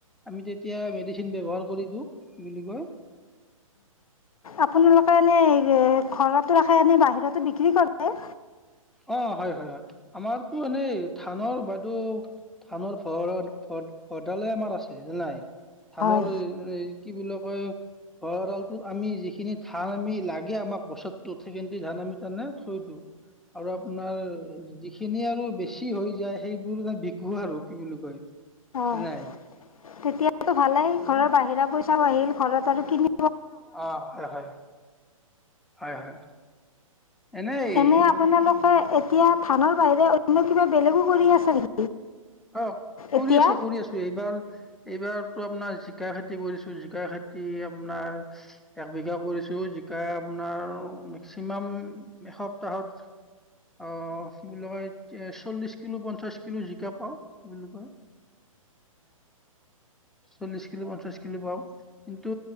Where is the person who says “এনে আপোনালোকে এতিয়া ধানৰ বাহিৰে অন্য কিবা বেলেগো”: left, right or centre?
Left